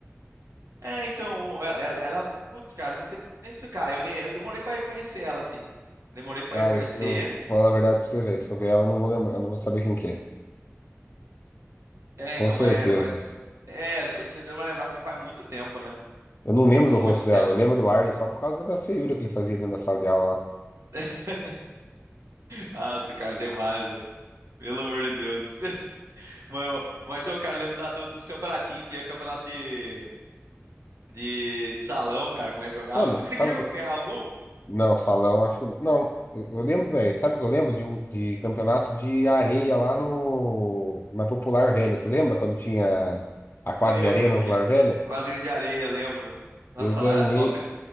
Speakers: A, on the right; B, on the left.
A: É, então, ela, ela, putz, cara, não sei nem explicar. Eu nem, eu demorei pra reconhecer ela, assim. Demorei pra
B: Ah,
A: reconhecer.
B: eu, eu falo a verdade pra você, velho. Se eu ver ela, eu não vou lembrar, eu não vou saber quem que é.
A: É,
B: Com
A: então,
B: certeza.
A: mas, mas é, se- você não vai lembrar porque faz muito tempo, né?
B: Eu não lembro do
A: Muito
B: rosto dela,
A: tempo.
B: eu lembro do Arley só por causa da feiura que ele fazia dentro da sala de aula lá.
A: <laughs> Ah, esse cara tem base. Pelo amor de Deus. <laughs> Mas, eu- mas eu, cara, lembro da- do- dos campeonatinhos. Tinha campeonato de, de, de salão, cara, que nós jogava.
B: Mano,
A: Você, você
B: sabe
A: que jogou
B: o que eu-
A: ganhar algum?
B: Não, salão, acho que não. Não, eu, eu lembro, velho. Sabe o que eu lembro? De, um- de campeonato de areia lá no, na Popular Velha. Você lembra quando tinha a quadra
A: Lembro.
B: de areia na Popular
A: Que, é
B: Velha?
A: quadrinha de areia, lembro. Nossa,
B: Eu ganhei,
A: lá era top, né?